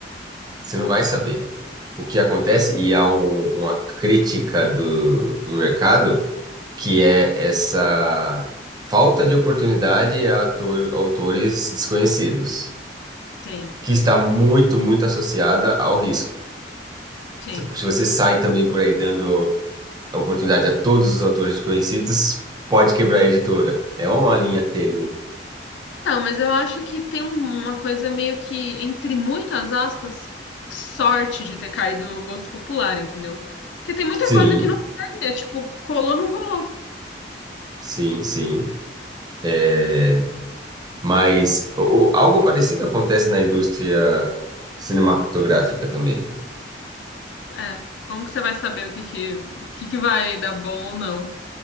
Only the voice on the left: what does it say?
Sim,
sim.
Então, mas eu acho que tem um- uma coisa meio que, entre muitas aspas, sorte de ter caído no gosto popular, entendeu? Porque tem muita
coisa que não tem, é tipo, colou, não colou.
É, como que você vai saber o que que, o que que vai dar bom ou não?